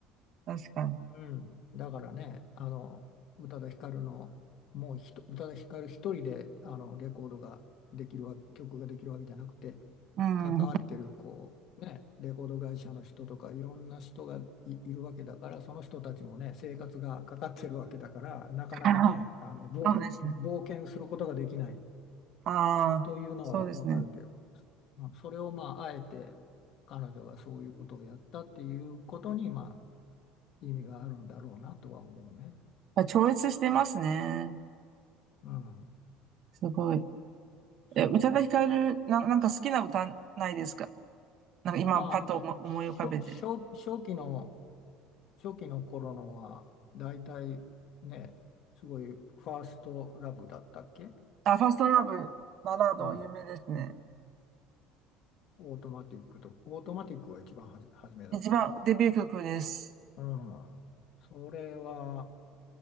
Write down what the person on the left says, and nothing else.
うん、だからね、あの宇多田ヒカルの、もうひと宇多田ヒカル一人であのレコードができるわ、曲ができるわけじゃなくて、
関わってるこう、ね、レコード会社の人とか、いろんな人がい、いるわけだから、その人たちもね、生活がかかってるわけだから、なかなかね、
あの冒、
冒険することができない
というのはわかるけど、
うんそれをまあ、あえて彼女がそういうことをやったっていうことに、まあ、意味があるんだろうなとは思うね。
うん、
そうよね。
ああ、もうしょ初、初期の、初期の頃のは、だいたいね、すごいファーストラブだったっけ
うん、
うん、オートマティックと、オートマティックが一番はじ初めだったな。
うん、それは、